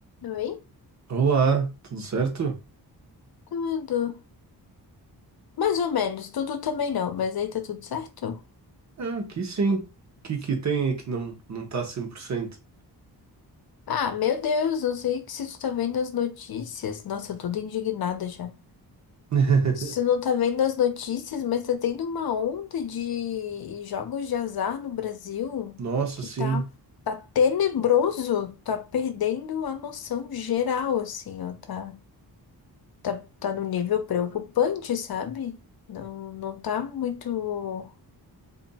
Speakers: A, on the left; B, on the right.
A: Oi?
B: Olá, tudo certo?
A: Tudo. Mais ou menos. Tudo também não, mas aí tá tudo certo?
B: Ah, aqui sim. O que que tem aí que não, não tá 100%?
A: Ah, meu Deus, não sei que se tu tá vendo as notícias. Nossa, eu tô toda indignada já.
B: <laughs>
A: Se tu não tá vendo as notícias, mas tá tendo uma onda de jogos de azar no Brasil
B: Nossa,
A: que
B: sim.
A: tá, tá tenebroso. Tá perdendo a noção geral, assim, ó. Tá, tá, tá no nível preocupante, sabe? Não, não tá muito.